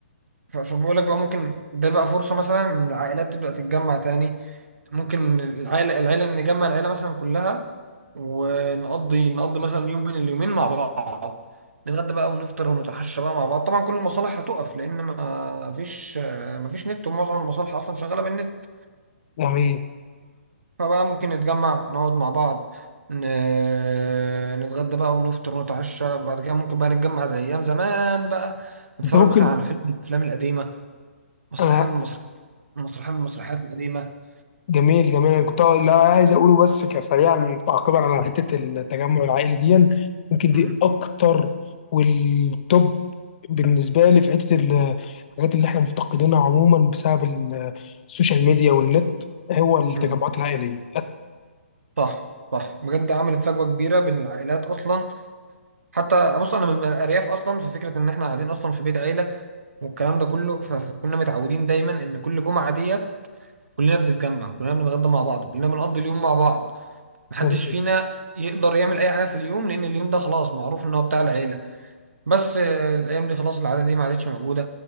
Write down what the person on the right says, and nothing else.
ف- فبقول لك بقى ممكن ده بقى فرصة مثلا إن العائلات تبدأ تتجمع تاني ممكن العائلة العائلة نجمع العائلة مثلا كلها ونقضي نقضي مثلا يوم من اليومين مع بعض نتغدى بقى ونفطر ونتعشى بقى مع بعض طبعا كل المصالح هتقف لأن ما فيش ما فيش نت ومعظم المصالح أصلا شغالة بالنت
فبقى ممكن نتجمع نقعد مع بعض ن- نتغدى بقى ونفطر ونتعشى بعد كده ممكن بقى نتجمع زي أيام زمان بقى نتفرج
مثلا على فيلم من الأفلام القديمة مسرحية
من المسرحيات مسرحية من المسرحيات القديمة
مم.
مم.
صح صح بجد عملت فجوة كبيرة بين العائلات أصلا حتى بص أنا من الأرياف أصلا ففكرة إن إحنا قاعدين أصلا في بيت عيلة والكلام ده كله ف- فكنا متعودين دايما إن كل جمعة ديت كلنا بنتجمع كلنا بنتغدى مع بعض كلنا بنقضي اليوم مع بعض محدش
فينا يقدر يعمل اي حاجه في اليوم لان اليوم ده خلاص معروف ان هو بتاع العيله بس آه، الايام دي خلاص العاده دي ما عادتش موجوده